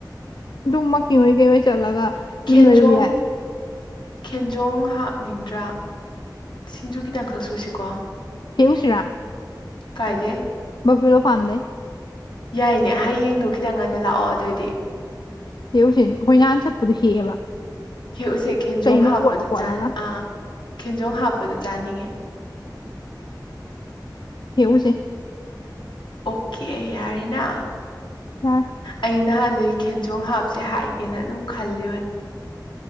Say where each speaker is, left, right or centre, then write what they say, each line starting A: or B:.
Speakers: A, on the left; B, on the left.
A: ꯑꯗꯨꯃꯛ ꯀꯤꯍꯣꯏ ꯀꯤꯑꯣꯏ ꯆꯠꯂꯒ ꯑꯗꯨꯝ
B: ꯈꯦꯟꯖꯣꯡ
A: ꯂꯩꯔꯨ ꯌꯥꯏ
B: ꯈꯦꯟꯖꯣꯡ ꯍꯥꯞꯅꯤꯡꯗ꯭ꯔꯥ ꯁꯤꯡꯖꯨ ꯈꯤꯇꯪꯈꯛ ꯁꯨꯁꯤꯀꯣ
A: ꯍꯦꯛꯎꯁꯤꯔꯥ
B: ꯀꯥꯏꯗꯦ
A: ꯕꯐꯦꯂꯣ ꯐꯥꯝꯗꯩ
B: ꯌꯥꯏꯅꯦ ꯍꯌꯦꯡꯗꯣ ꯈꯤꯇꯪ ꯉꯟꯅ ꯂꯥꯛꯑꯣ ꯑꯗꯨꯑꯣꯏꯗꯤ
A: ꯍꯦꯛꯎꯁꯦ ꯑꯩꯈꯣꯏ ꯅꯍꯥꯟ ꯆꯠꯄꯗꯣ ꯍꯦꯛꯑꯦꯕ
B: ꯍꯦꯛꯎꯁꯦ ꯈꯦꯟꯖꯣꯡ
A: ꯆꯩꯅ
B: ꯍꯥꯞꯄꯗꯣ
A: ꯀꯣꯠꯂ ꯀꯣꯠꯂꯒ
B: ꯆꯥ ꯑ ꯈꯦꯟꯖꯣꯡ ꯍꯥꯞꯄꯗ ꯆꯥꯅꯤꯡꯉꯦ
A: ꯍꯦꯛꯎꯁꯦ
B: ꯑꯣꯀꯦ ꯌꯥꯔꯦꯅꯥ
A: ꯌꯥꯔ
B: ꯑꯩ ꯅꯍꯥꯟꯗꯩ ꯈꯦꯟꯖꯣꯡ ꯍꯥꯞꯁꯦ ꯍꯥꯏꯒꯦꯅ ꯑꯗꯨꯝ ꯈꯜꯂꯤꯕꯅꯤ